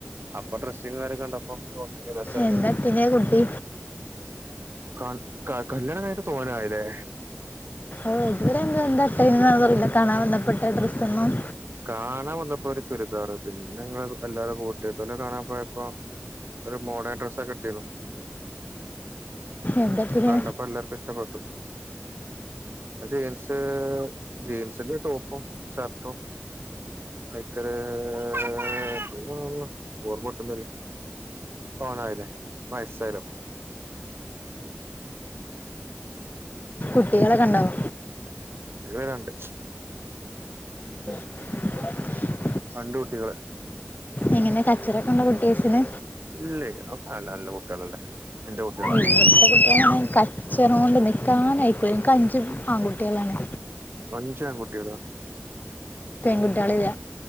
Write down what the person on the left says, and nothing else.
എന്താ ഇട്ടിനെ കുട്ടി
ഓഹ് ഇതുവരെ എന്ത ഇട്ടെ ഇന്നെ കാണാൻ വന്നപ്പെട്ട ഡ്രസ്സൊന്നും
എന്തത്തിന്
കുട്ടികളക്കെണ്ടാവോ
<inaudible>
എങ്ങനെ കച്ചറൊക്കെ ഉണ്ടോ കുട്ടിയേസിന്
ഇവിടത്തെ കുട്ടികളാണേ കച്ചറോണ്ട് നീക്കാനയികൂലാ ഇന്ക്ക് അഞ്ചു ആൺകുട്ടികളാണ്.
പെങ്കുട്ട്യാളില്ല.